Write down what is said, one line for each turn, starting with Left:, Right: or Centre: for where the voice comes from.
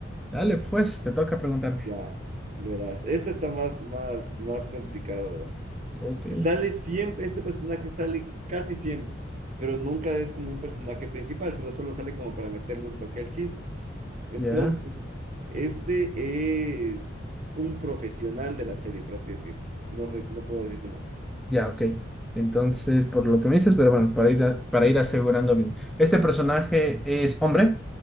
Centre: Dale, pues, te toca preguntarme.
Right: Ya, verás. Esta está más, más, más complicado, verás.
Centre: Ok,
Right: Sale siempre, este personaje sale casi siempre, pero nunca es como un personaje principal, sino solo sale como para meterle un toque al chiste. Entonces,
Centre: ya,
Right: este es un profesional de la serie, por así decirlo. No sé, no puedo decirte más.
Centre: ya, ok. Entonces, por lo que me dices, pero bueno, para ir, a- para ir asegurando bien. ¿Este personaje es hombre?